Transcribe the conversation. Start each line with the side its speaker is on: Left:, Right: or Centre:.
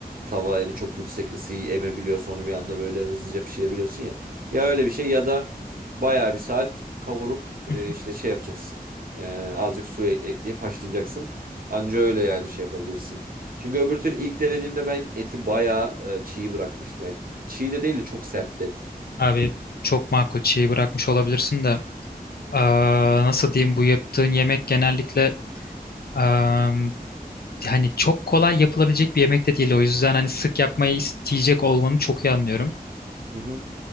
Right: tava yani çok yüksek ısıyı emebiliyor sonra bir anda böyle hızlıca pişirebiliyorsun ya ya öyle bir şey ya da bayağı bir saat kavurup e,
Left: Hı hı.
Right: işte şey yapacaksın E, azıcık su e- ekleyip haşlayacaksın anca öyle yani şey yapabilirsin. Çünkü öbür türlü ilk denediğimde ben eti bayağı e, çiğ bırakmıştım. Yani çiğ de değil de çok sertti et.
Left: Abi çok makul şeyi bırakmış olabilirsin de eee, nasıl diyeyim bu yaptığın yemek genellikle eee, hani çok kolay yapılabilecek bir yemek de değil o yüzden hani sık yapmayı isteyecek olmanı çok iyi anlıyorum.
Right: Hı hı.